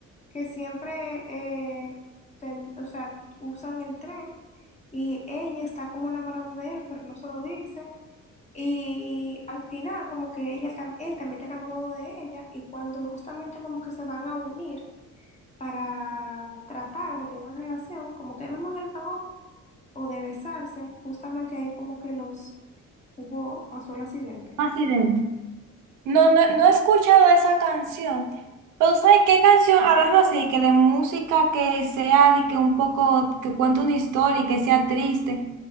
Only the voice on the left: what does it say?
que siempre, eh, ten- o sea, usan el tren y ella está como enamorada de él, pero no se lo dice. Y al final como que ella, tam- él también está enamorado de ella y cuando justamente como que se van a unir para tratar de tener una relación, como que ahí mismo en el vagón o de besarse, justamente ahí como que los hubo, pasó el accidente.